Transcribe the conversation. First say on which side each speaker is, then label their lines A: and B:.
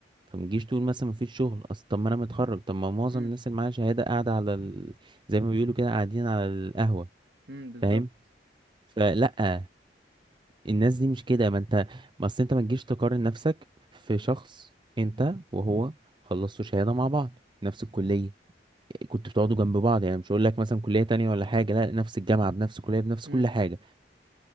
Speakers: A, on the right; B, on the right.
A: فما تجيش تقول مثلا مفيش شغل أصل طب ما أنا متخرج طب ما معظم
B: امم
A: الناس اللي معاها شهادة قاعدة على ال... زي ما بيقولوا كده قاعدين على القهوة
B: امم بالظبط
A: فاهم فلأ الناس دي مش كده ما أنت ما أصل أنت ما تجيش تقارن نفسك في شخص أنت وهو خلصتوا شهادة مع بعض نفس الكلية كنت بتقعدوا جنب بعض يعني مش هقول لك مثلا كلية تانية ولا حاجة لا نفس الجامعة بنفس الكلية بنفس
B: امم
A: كل حاجة